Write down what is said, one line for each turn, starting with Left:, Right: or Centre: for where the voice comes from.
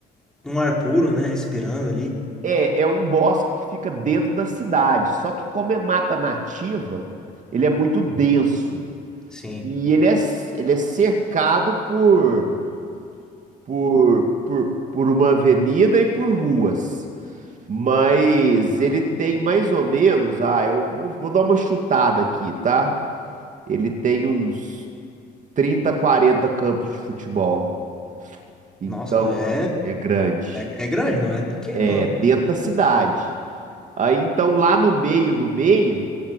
Centre: num ar puro, né? Respirando ali.
Right: É, é um bosque que fica dentro da cidade, só que como é mata nativa, ele é muito denso
Centre: Sim.
Right: e ele é, c- ele é cercado por, por, por, por uma avenida e por ruas. Mas ele tem mais ou menos, ah, eu vou, vou dar uma chutada aqui, tá? Ele tem uns 30, 40 campos de futebol. Então,
Centre: Nossa, é,
Right: é grande.
Centre: é, é grande, não é pequeno,
Right: É
Centre: não.
Right: dentro da cidade. Aí então lá no meio, no meio,